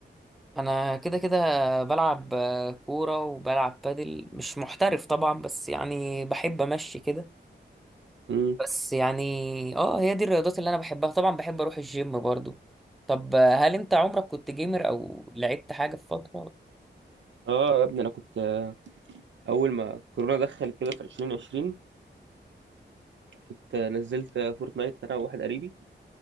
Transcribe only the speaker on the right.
امم
اه يا ابني انا كنت آه، اول ما كورونا دخلت كده في 2020 كنت آه، نزلت آه، فورتنايت انا وواحد قريبي